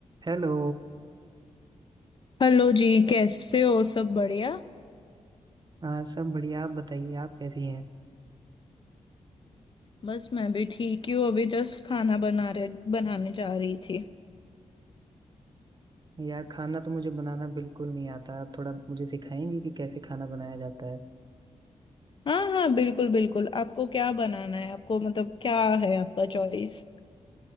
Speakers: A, on the right; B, on the left.
A: Hello
B: हेलो जी कैसे हो सब बढ़िया
A: हाँ सब बढ़िया आप बताइए आप कैसी हैं
B: बस मैं भी ठीक ही हूँ अभी जस्ट खाना बना रहे बनाने जा रही थी
A: यार खाना तो मुझे बनाना बिल्कुल नहीं आता आप थोड़ा मुझे सिखाएंगे कि कैसे खाना बनाया जाता है
B: हाँ हाँ बिल्कुल बिल्कुल आपको क्या बनाना है आपको मतलब क्या है आपका चॉइस